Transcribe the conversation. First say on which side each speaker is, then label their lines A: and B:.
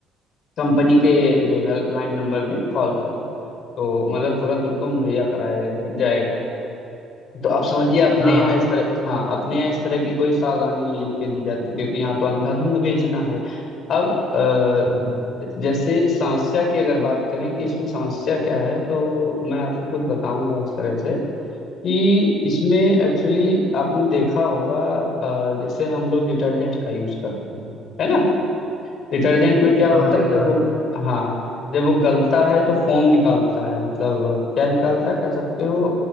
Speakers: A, on the left (about 60°); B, on the left (about 25°).
A: कंपनी के जो हेल्पलाइन नंबर में कॉल करें तो मतलब तुरंत उनको मुहैया कराया जाए- जाएगा तो आप समझिए अपने
B: हाँ
A: यहाँ इस तरह हाँ अपने यहाँ इस तरह की कोई सावधानी नहीं लिख के दी जाती क्योंकि यहाँ तो अंधाधुंध बेचना है अब अ,
B: हाँ
A: जैसे समस्या की अगर बात करें कि इसमें समस्या क्या है तो मैं आपको कुछ बताऊंगा इस तरह से कि इसमें एक्चुअली आपने देखा होगा अ, जैसे हम लोग डिटर्जेंट का यूज करते हैं है ना डिटर्जेंट में क्या होता
B: हाँ
A: है
B: ये तो
A: जब
B: है
A: वो हाँ जब वो गलता है तो फोम निकालता है मतलब क्या निकालता है कह सकते हो